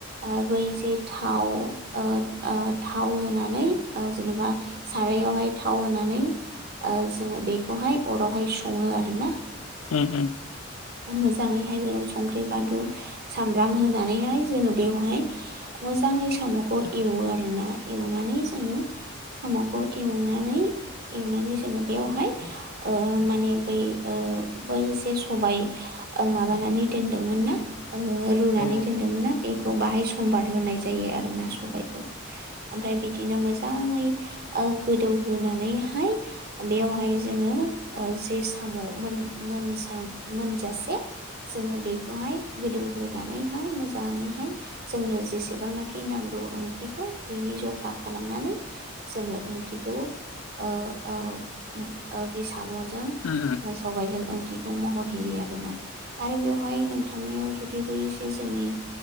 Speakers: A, on the right; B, on the left.
A: ओ बै जे थाव ओ ओ थाव होनानै ओ जेनबा सारायावहाय थाव होनानै ओ जोङो बेखौहाय अरावहाय सङो आरो ना।
B: उम उम।
A: मोजाङैहाय बेयाव संख्रि बानलु सामब्राम होनानैहाय जोङो बेवहाय मोजाङै साम'खौ एवो आरोना एवनानै जोङो साम' खौ एवनानै एवनानै जोङो बेवहाय ओ माने बै ओ बै जे सबाय ओ माबानानै दोनदोंमोन ना ओ रुनानै
B: औ
A: दोनदोंमोनना बेखौ बाहाय समबार होनाय जायो आरोना सबायखौ। ओमफ्राय बिदिनो मोजाङै ओ गोदौहोनानैहाय बेवहाय जोङो ओ जे साम' मोन मोनसाम मोनजासे। जोङो बेखौहाय गोदौहोनानैहाय मोजाङैहाय जोंनो जेसेबांनाखि नांगौ ओंख्रिखौ बेनि जखा खालामनानै जोङो ओंख्रिखौ ओ ओ ओम बे साब'जों
B: ओम ओम।
A: सबायजों ओंख्रिखौ महर होयो आरोना। आरो बेवहाय नोंथांनियाव जुदि बै जे जोंनि